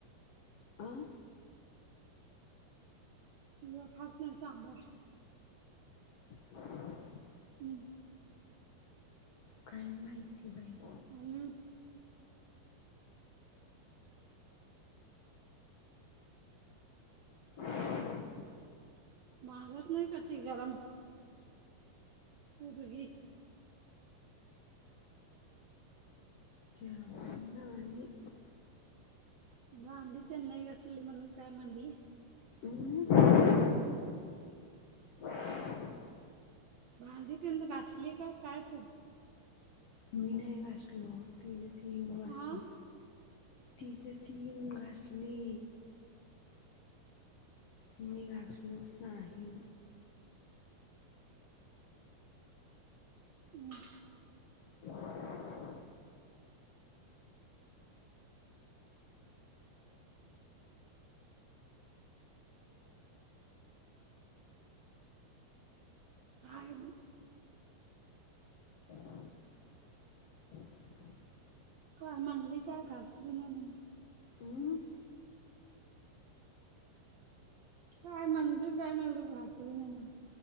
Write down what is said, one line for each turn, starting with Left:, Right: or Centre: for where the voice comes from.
Left: आ.
Right: मी खात नाही सांबार.
Left: <unintelligible>
Right: हम्म.
Left: काय माहिती बाई.
Right: हम्म.
Left: <unintelligible>
Right: मागत नाही का ती गरम. <unintelligible>
Left: चहा नाही.
Right: भांडी त्यान नाही घासली म्हणून काय म्हणली.
Left: <unintelligible>
Right: भांडी तेन घासली का काय तू?
Left: मी नाही घासलो. तिझ ती येऊन घासली.
Right: हा
Left: तिझं ती येऊन घासली. मी घासलोच नाही.
Right: हम्म.
Left: <unintelligible>
Right: काय आणि?
Left: <unintelligible>
Right: काही म्हणली काय घासू नये म्हणून.
Left: हम्.
Right: काय म्हणली काय म्हणली घासली नाही म्हणून.